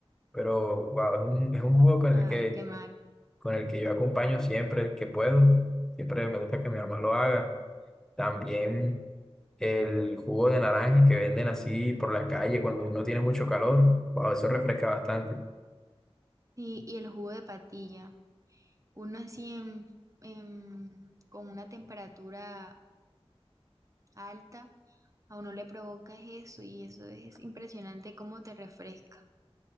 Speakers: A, in the centre; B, on the right.
A: Pero wow, es un, es un jugo con
B: ay,
A: el que,
B: qué mal.
A: con el que yo acompaño siempre que puedo. Siempre me gusta que mi mamá lo haga. También el jugo de naranja que venden así por la calle cuando uno tiene mucho calor. Wow, eso refresca bastante.
B: Sí, y el jugo de patilla. Uno así en, en- con una temperatura alta, a uno le provoca eso y eso es impresionante cómo te refresca.